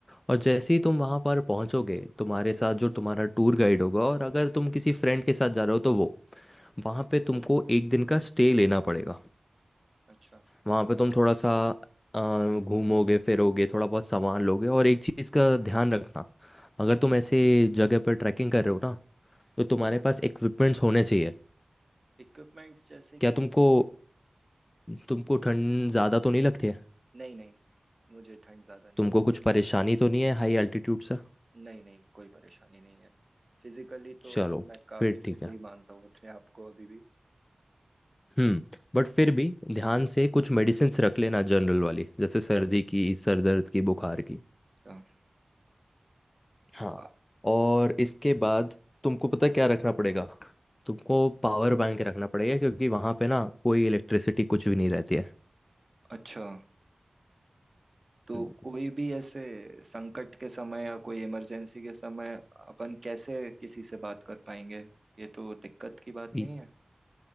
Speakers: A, on the left (about 25°); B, on the right (about 35°).
A: और जैसे ही तुम वहाँ पर पहुँचोगे तुम्हारे साथ जो तुम्हारा टूर गाइड होगा और अगर तुम किसी फ्रेंड के साथ जा रहे हो तो वो वहाँ
B: अच्छा
A: पे तुमको एक दिन का स्टे लेना पड़ेगा
B: अच्छा
A: वहाँ पे तुम थोड़ा सा अ, घूमोगे फिरोगे थोड़ा बहुत सामान लोगे और एक चीज़ का ध्यान रखना अगर तुम ऐसे जगह पर ट्रैकिंग कर रहे हो ना तो तुम्हारे पास इक्विपमेंट्स होने चाहिए
B: इक्विपमेंट्स जैसे
A: क्या
B: कि
A: तुमको तुमको ठंड ज़्यादा तो नहीं लगती है
B: नहीं नहीं मुझे ठंड ज़्यादा नहीं
A: तुमको
B: लगती
A: कुछ परेशानी तो नहीं है हाई एल्टीट्यूड से
B: नहीं नहीं कोई परेशानी नहीं है फिजिकली तो
A: चलो
B: मैं काफ़ी
A: फिर ठीक
B: फिट
A: है
B: ही मानता हूँ अपने आप को अभी भी
A: हम्म बट फिर भी ध्यान से कुछ मेडिसिन्स रख लेना जनरल वाली जैसे सर्दी की सर दर्द की बुखार की
B: अच्छा
A: हाँ
B: आ-
A: और इसके बाद तुमको पता है क्या रखना पड़ेगा तुमको पावर बैंक रखना पड़ेगा क्योंकि वहां पे ना कोई इलेक्ट्रिसिटी कुछ भी नहीं रहती है
B: अच्छा तो
A: हम्म,
B: कोई भी ऐसे संकट के समय या कोई इमरजेंसी के समय अपन कैसे किसी से बात कर पाएंगे ये तो दिक्कत की बात
A: ये-
B: नहीं है